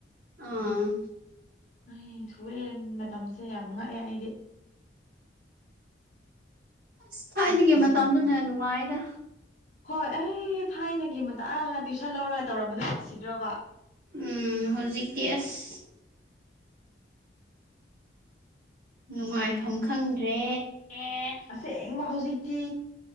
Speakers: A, on the right; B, on the left.
A: ꯑꯥ
B: ꯑꯩ ꯊꯨꯑꯦ ꯃꯇꯝꯁꯦ ꯌꯥꯝ ꯉꯛꯑꯦ ꯑꯩꯗꯤ
A: ꯑꯁ ꯊꯥꯏꯅꯒꯤ
B: ꯉꯛꯇꯕ
A: ꯃꯇꯝꯗꯨꯅ
B: ꯉꯝꯗꯦ
A: ꯅꯨꯡꯉꯥꯏꯗ
B: ꯍꯣꯏ ꯑꯩ ꯊꯥꯏꯅꯒꯤ ꯃꯠ ꯇ꯭ꯋꯨꯏꯁꯟ ꯂꯧꯔꯒ ꯇꯧꯔꯝꯕꯗꯨ ꯅꯨꯡꯁꯤꯗ꯭ꯔꯣꯕ
A: ꯎꯝ ꯍꯧꯖꯤꯛꯇꯤ ꯑꯁ ꯅꯨꯡꯉꯥꯏꯐꯝ ꯈꯪꯗ꯭ꯔꯦ
B: ꯑꯦ ꯑꯁꯦꯡꯕ ꯍꯧꯖꯤꯛꯇꯤ